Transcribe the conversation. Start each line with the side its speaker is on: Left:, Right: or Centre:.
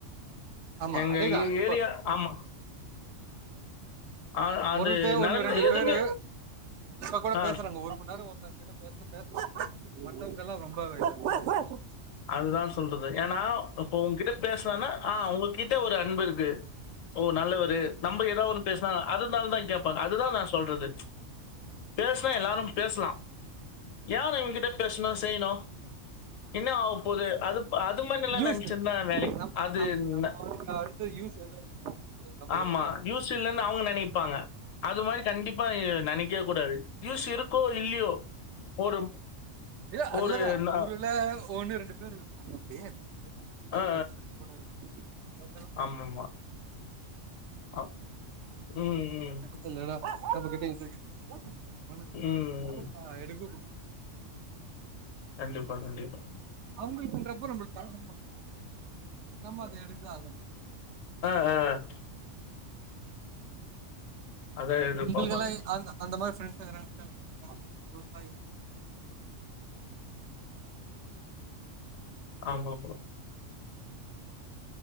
Right: ஆமா
Left: எங்க
Right: அதேதான்
Left: எ
Right: இப்ப
Left: ஏரியா ஆமா அ அது
Right: ஒருத்த ஒன்னு
Left: நடந்த
Right: ரெண்டு
Left: எதுவுமே
Right: பேரு இப்ப கூட
Left: ஆ
Right: பேசுறாங்க ஒரு மண்நேரோ ஒருத்தங்கிட்ட பேசுனா பேச <inaudible> மத்தவங்கெல்லாம் ரொம்ப இதாய்ட்டாங்க
Left: அததா சொல்றது ஏனா அப்போ ஒங்க்கிட்ட பேசுனனா ஆ ஒங்ககிட்ட ஒரு அன்பு இருக்கு ஓ நல்லவரு நம்ப எதா ஒன்னு பேசுனா அதனாலதா கேப்பாங்க அதுதா நா சொல்றது பேசுனா எல்லாரு
Right: ஆமா
Left: பேசலா யார் இவன்ககிட்ட பேசுணு செய்யணு என்ன ஆவபோது அது அது மண்னெல்லா
Right: யூஸ்
Left: நெனச்சிட்ருந்தா வேலை
Right: நம்
Left: அது
Right: நம் நம்ம
Left: ந
Right: அவனுக்கு அடுத்து யூஸ் எது நம்ம
Left: ஆமா
Right: கிட்ட பேசணும்
Left: யூஸ் இல்லன் அவங்க நனைப்பாங்க அது மாரி கண்டிப்பா நனைக்கவே கூடாது யூஸ் இருக்கோ இல்லையோ ஒரு
Right: ஏயே அதுலதா
Left: ஒரு ந
Right: நூறுல ஒண்ணு ரெண்டு பேர் இருக்காங்க அப்டி <unintelligible>
Left: அ
Right: சப்போட இருக்கு <unintelligible>
Left: ஆமாமா. அ ம்,
Right: <inaudible> இல்லட நம்மகிட்ட இது அவன
Left: ம், ம்.
Right: யாருக்கா எடுக்க
Left: கண்டிப்பா கண்டிப்பா
Right: அவங்குளுக்குன்றப்ப நம்ளுக்கு கால் பண்ணுவாங்க நம்ம அத எடுது ஆகனு
Left: அ அதான் எதிர்பார்ப்பாங்க.
Right: உங்குளுக்கெல்லா அந் அந்த மாதிரி ஃப்ரெண்ட்ஸ்ல யாருனா இருக்காங்களா விவசாயோ
Left: ஆமா ப்ரோ